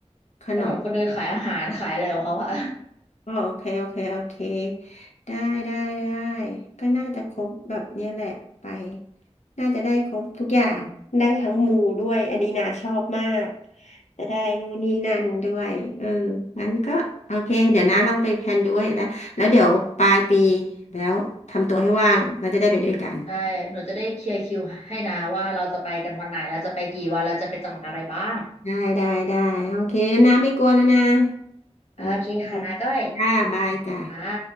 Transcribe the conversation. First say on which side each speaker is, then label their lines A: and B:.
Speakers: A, on the left; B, on the left.
A: ขนม
B: ถนนคนเดินขายอาหารขายอะไรของเขาอะ
A: ก็โอเคโอเคโอเคได้ได้ได้ก็น่าจะครบแบบเนี้ยแหละไปน่าจะได้ครบทุกอย่างได้ทั้งมูด้วยอันนี้นาชอบมากจะได้นู่นนี่นั่นด้วยเอองั้นก็โอเคเดี๋ยวนะลองไปแพลนดูไว้นะแล้วเดี๋ยวปลายปีแล้วทำตัวให้ว่างเราจะได้ไปด้วยกัน
B: <laughs> ใช่หนูจะได้เคลียร์คิวให้นะว่าเราจะไปกันวันไหนเราจะไปกี่วันเราจะไปจังหวัดอะไรบ้าง
A: ได้ได้ได้โอเคนะไม่กลัวแล้วนะโอเค
B: โอเคค่ะนาก้อย
A: จ้าบายจ้า
B: อ่า